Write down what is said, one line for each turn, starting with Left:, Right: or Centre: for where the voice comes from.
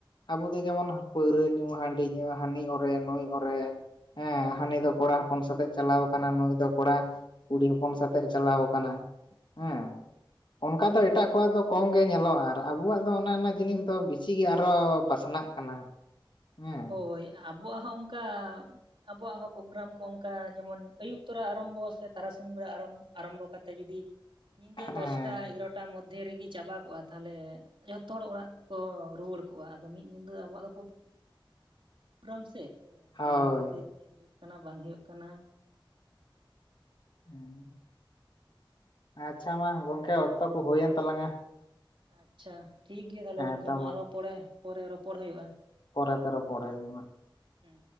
Left: ᱟᱵᱚ ᱫᱚ ᱡᱮᱢᱚᱱ ᱯᱟᱹᱣᱨᱟᱹ ᱧᱩ ᱦᱟᱺᱰᱤ ᱧᱩ ᱦᱟᱹᱱᱤ ᱚᱨᱮ ᱱᱩᱭ ᱚᱨᱮ ᱦᱮᱸ
Right: ᱦᱩᱸ
Left: ᱦᱟᱹᱱᱤ ᱫᱚ ᱠᱚᱲᱟ ᱦᱚᱯᱚᱱ ᱥᱟᱛᱮᱜ ᱪᱟᱞᱟᱣ ᱟᱠᱟᱱᱟ ᱱᱩᱭ ᱫᱚ ᱠᱚᱲᱟ ᱠᱩᱲᱤ ᱦᱚᱯᱚᱱ ᱥᱟᱛᱮᱜ ᱮ ᱪᱟᱞᱟᱣ ᱟᱠᱟᱱᱟ᱾ ᱦᱮᱸ ᱚᱱᱠᱟ ᱫᱚ ᱮᱴᱟᱜ ᱠᱚᱣᱟᱜ ᱫᱚ ᱠᱚᱢ ᱜᱮ ᱧᱮᱞᱚᱜ-ᱟ ᱟᱨ ᱟᱵᱚᱣᱟᱜ ᱫᱚ ᱚᱱᱮ ᱚᱱᱟ ᱡᱤᱱᱤᱥ ᱫᱚ ᱵᱤᱥᱤᱜ ᱜᱮ ᱟᱨᱚ ᱯᱟᱥᱱᱟᱜ ᱠᱟᱱᱟ ᱦᱮᱸ
Right: ᱦᱳᱭ ᱟᱵᱚᱣᱟᱜ ᱦᱚᱸ ᱚᱝᱠᱟ ᱟᱵᱚᱣᱟᱜ ᱦᱚᱸ ᱯᱳᱜᱨᱟᱢ ᱠᱚ ᱚᱝᱠᱟ ᱡᱮᱢᱚᱱ ᱟᱹᱭᱩᱵ ᱛᱚᱨᱟ ᱟᱨᱟᱢᱵᱚ ᱟ ᱥᱮ ᱛᱟᱨᱟᱥᱤᱧ ᱵᱮᱲᱟ ᱟᱨᱟᱢ ᱟᱨᱟᱢᱵᱚ ᱠᱟᱛᱮ ᱡᱩᱫᱤ ᱧᱤᱫᱟᱹ
Left: ᱦᱮᱸ
Right: ᱫᱚᱥᱴᱟ ᱮᱜᱨᱚᱴᱟ ᱢᱚᱫᱽᱫᱷᱮ ᱨᱤᱜᱤ ᱪᱟᱵᱟ ᱠᱚᱜᱟ ᱛᱟᱦᱚᱞᱮ ᱡᱷᱚᱛᱚ ᱦᱚᱲ ᱚᱲᱟᱜ ᱠᱚ ᱨᱩᱣᱟᱹᱲ ᱠᱚᱜ-ᱟ ᱟᱫᱚ ᱢᱤᱫ ᱧᱤᱫᱟᱹ ᱟᱵᱚᱣᱟᱜ ᱫᱚ ᱯᱳᱜᱨᱟᱢ ᱥᱮ
Left: ᱦᱳᱭ
Right: ᱪᱟᱞᱟᱣ ᱠᱟᱛᱮ ᱪᱮᱫ ᱦᱩᱭᱩᱜ ᱠᱟᱱᱟ ᱵᱟᱝ ᱦᱩᱭᱩᱜ ᱠᱟᱱᱟ
Left: <unintelligible> ᱟᱪᱪᱷᱟ ᱢᱟ ᱜᱚᱝᱠᱮ ᱚᱠᱛᱚ ᱠᱚ ᱦᱩᱭᱮᱱ ᱛᱟᱞᱟᱝ-ᱟ
Right: ᱟᱪᱪᱷᱟ ᱴᱷᱤᱠ ᱜᱮᱭᱟ ᱛᱟᱦᱚᱞᱮ
Left: ᱦᱮᱸ
Right: ᱜᱚᱝᱠᱮ
Left: ᱛᱚ
Right: ᱢᱟ ᱟᱨᱦᱚᱸ ᱯᱚᱲᱮ ᱯᱚᱨᱮ ᱨᱚᱯᱚᱲ ᱦᱳᱭᱳᱜ-ᱟ᱾
Left: ᱯᱚᱨᱮᱛᱮ ᱨᱚᱯᱚᱲ ᱦᱳᱭᱳᱜ-ᱟ ᱢᱟ᱾
Right: ᱦᱩᱸ